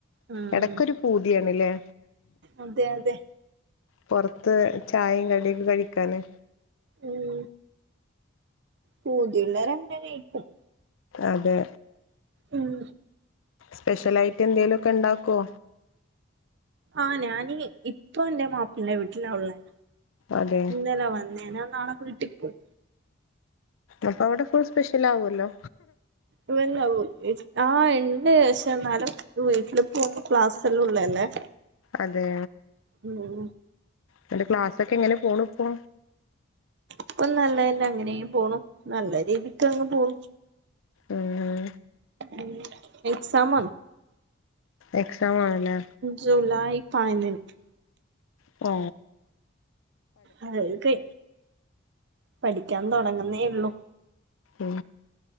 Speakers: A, on the right; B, on the left.
A: ഉം
B: എടക്കൊരു
A: ഉം
B: പൂതിയാണല്ലേ.
A: അതെ അതെ.
B: പുറത്ത് ചായയും കടിയൊക്കെ കഴിക്കാന്
A: ഉം പൂതിയുള്ളവര് അങ്ങനെ ആയിരിക്കും.
B: അതെ.
A: ഉം.
B: സ്പശാലായിട്ട് എന്തേലോക്കെണ്ടകോ?
A: ആ ഞാനി ഇപ്പൊ എന്റെ മാപ്പിളന്റെ വീട്ടിലാ ഉള്ളത്.
B: അതെ
A: ഇന്നല്ലാ വന്നേനാ നാളെ വീട്ടിപ്പോം
B: അപ്പൊ അവിടെ ഫുൾ സ്പെഷ്യൽ ആവുമല്ലോ.
A: ഇവനുണ്ടാവും ആ എണ്ട് പക്ഷേ എന്നാലും. വീട്ടില് പോകുമ്പ ക്ലാസ്സ് എല്ലാം ഉള്ളതല്ലേ.
B: അതെ.
A: ഉം
B: ന്നട്ട് ക്ലാസ്സൊക്കെ എങ്ങനെ പോണ് ഇപ്പോ
A: ഇപ്പൊ നല്ലതന്നെ അങ്ങനെയും പോണം. നല്ല രീതിക്ക് അങ്ങ് പോവും.
B: ഉം
A: ഉം എക്സാം.
B: എക്സാം ആണല്ലേ.
A: ജൂലായ് പതിനഞ്ച്.
B: ആ
A: അതൊക്കെ പഠിക്കാൻ തുടങ്ങുന്നേ ഉള്ളു.
B: ഉ